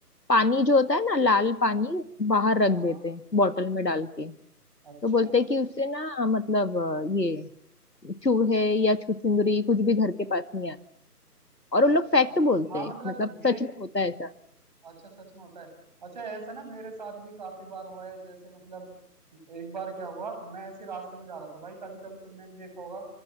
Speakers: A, on the left (about 85°); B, on the right (about 25°).
A: पानी जो होता है ना लाल पानी बाहर रख
B: हाँ हाँ
A: देते हैं बॉटल में डाल के तो
B: अच्छा
A: बोलते हैं कि उससे ना मतलब अ, ये चूहे या छुछुंदरी कुछ भी घर के पास नहीं आते और उन लोग फैक्ट
B: हाँ
A: बोलते
B: हाँ
A: हैं
B: मतलब
A: मतलब
B: ये
A: सच में होता है ऐसा
B: अच्छा सच में होता है अच्छा ऐसा ना मेरे साथ भी काफी बार हुआ है जैसे मतलब एक बार क्या हुआ मैं ऐसे रास्ते में जा रहा था भाई कभी कभी तुमने भी देखा होगा